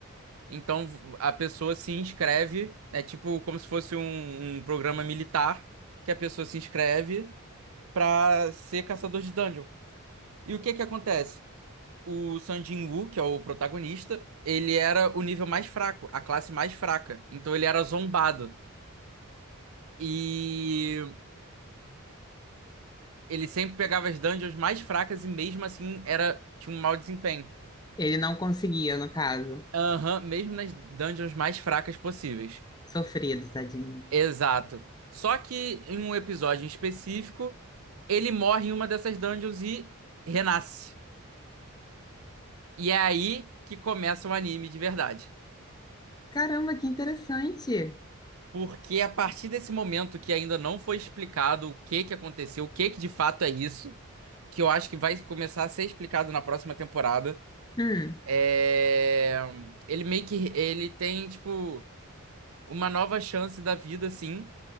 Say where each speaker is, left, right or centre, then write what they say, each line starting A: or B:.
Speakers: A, on the right; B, on the left.
A: Então a pessoa se inscreve, é tipo como se fosse um um programa militar, que a pessoa se inscreve. pra ser caçador de dungeon. E o que que acontece? O Sun Jin-woo, que é o protagonista, ele era o nível mais fraco, a classe mais fraca. Então ele era zombado. E ele sempre pegava as dungeons mais fracas e mesmo assim era tinha um mau desempenho.
B: ele não conseguia, no caso.
A: Aham, mesmo nas dungeons mais fracas possíveis.
B: Sofrido, tadinho.
A: Exato. Só que em um episódio em específico, ele morre em uma dessas dungeons e renasce. E é aí que começa o anime de verdade.
B: Caramba, que interessante.
A: Porque a partir desse momento que ainda não foi explicado o que que aconteceu, o que que de fato é isso, que eu acho que vai começar a ser explicado na próxima temporada,
B: Hum.
A: é... ele meio que ele tem tipo uma nova chance da vida, assim,